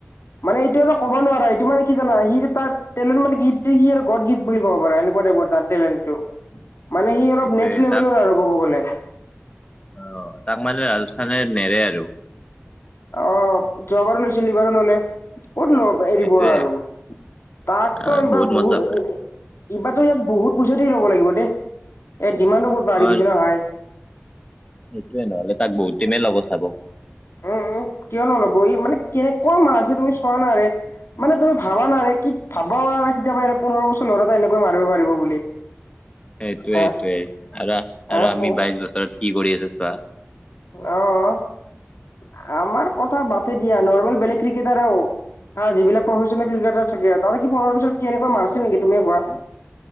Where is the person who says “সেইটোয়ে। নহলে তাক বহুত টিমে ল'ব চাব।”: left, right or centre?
Left